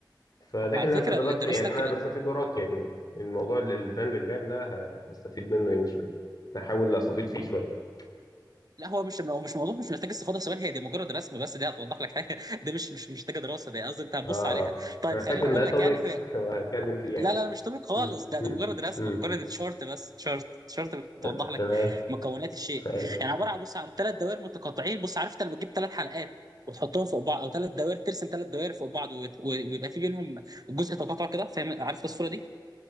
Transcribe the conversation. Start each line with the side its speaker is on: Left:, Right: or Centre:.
Left: فلكن
Right: على فكره
Left: هز انا
Right: ال-
Left: بكت
Right: دراستك
Left: يعني انا
Right: ال-
Left: بستفيد وراك يعني الموضوع ال- الفاندجرام ده ه- هستفيد منه يعني شويه هحاول استفيد فيه شويه
Right: لا هو مش هو مش موضوع مش محتاج استفاضه ثواني هي دي مجرد رسم بس دي هتوضح لك حاجه <laughs> دي مش مش مش محتاجه دراسه دي قصدي انت هتبص
Left: اه آه.
Right: عليها طيب
Left: انا
Right: خليني
Left: فاكر ان
Right: اقول
Left: ده توبيك
Right: لك يعني
Left: <laughs> وهتكلم فيه يعني
Right: لا لا لا، مش طبيب خالص
Left: مم.
Right: ده
Left: مم.
Right: ده مجرد رسمه
Left: مم.
Right: مجرد شارت بس شارت شارت بتوضح
Left: ت-
Right: لك
Left: تمام
Right: مكونات الشيء
Left: ايوه
Right: يعني عباره عن بص عن ثلاث دوائر متقاطعين بص عرفت لما تجيب ثلاث حلقات وتحطهم فوق بعض او ثلاث دوائر ترسم ثلاث دوائر فوق بعض ويت- ويبقى في بينهم جزء تقاطع كده فاهم عرفت الصوره دي